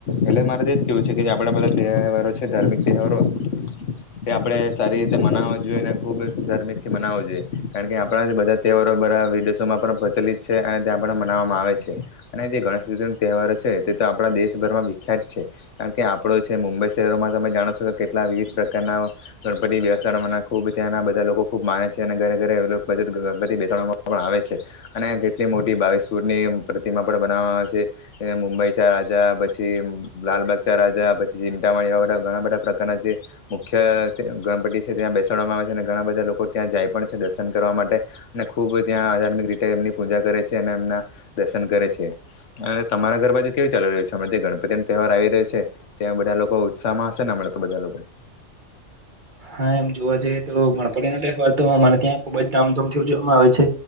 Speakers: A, on the left (about 80°); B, on the right (about 40°).
A: એટલે મારે તો જ કેહેવું છે કે જે આપણા બધા તહેવારો છે ધાર્મિક તહેવારો તે આપણે સારી રીતે મનાવવા જોઈએ અને ખૂબ જ ધાર્મિકથી મનાવો જોઈએ કારણ કે આપણા જ બધા તહેવારો બધા વિદેશોમાં પણ પ્રચલિત છે અને ત્યાં પણ મનાવવામાં આવે છે અને તે ગણેશ ચતુર્થીનો તહેવારો છે તે તો આપણા દેશભરમાં વિખ્યાત છે કારણ કે આપણો છે મુંબઈ શહેરોમાં તમે જાણો છો કે કેટલા વિવિધ પ્રકારના ગણપતિ બેસાડવાના ખૂબ ત્યાંના બધા લોકો ખૂબ માને છે અને ઘરે ઘરે બધ ગણપતિ બેસાડવા પણ આવે છે અને આટલી મોટી બાવિશ ફુટ ની પ્રતિમા પણ બનાવવામાં આવે છે મુંબઈ ચ રાજા પછી લાલબાગ ચ રાજા પછી ચિંતાામાળી એવા બધા ઘણા બધા પ્રકારના જે મુખ્ય ગણપતિ છે ત્યાં બેસાડવામાં આવે છે અને ઘણા બધા લોકો ત્યાં જાય પણ છે દર્શન કરવા માટે અને ખૂબ ત્યાં આધાર્મિક રીતે એમની પૂજા કરે છે અને એમના દર્શન કરે છે અને તમારા ઘર બાજુ કેવું ચાલી રહ્યું છે જે ગણપતિ ન તહેવાર આવી રહ્યો છે ત્યાં બધા લોકો ઉત્સાહમાં હશે ને હમણાં તો બધા લોકો
B: હા એમ જોવા જઈએ તો ગણપતિનોહેવા તો અમારે ત્યાં ખુબ જ ધામધૂમથી ઉજવવામાં આવે છે